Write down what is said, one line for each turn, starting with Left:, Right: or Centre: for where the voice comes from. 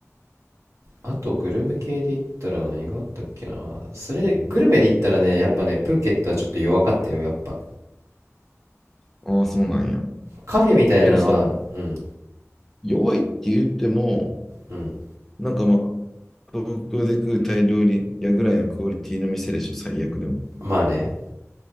Right: あとグルメ系で言ったら何があったっけなそれでグルメで言ったらねやっぱねプーケットはちょっと弱かったよやっぱ
Centre: んああ、そうなんや。
Right: カフェみたいなのはうん
Centre: けどさ、弱いって言っても、
Right: うん
Centre: なんかまあ、東京で食うタイ料理屋ぐらいのクオリティの店でしょ、最悪でも。
Right: まあね